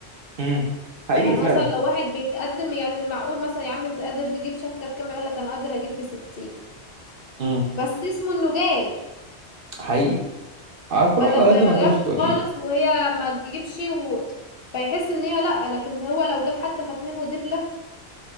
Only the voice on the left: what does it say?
يعني
مثلا لو واحد بيتقدم يعني المعقول مثلا يا عم أنت قادر تجيب شبكة بكام يقول لك أنا قادر أجيب بستين
بس اسمه إنه جاب
بدل
ما ما
جابش
خالص وهي ما تجيبش و... فيحس إن هي لأ لكن هو لو جاب حتى خاتمين ودبلة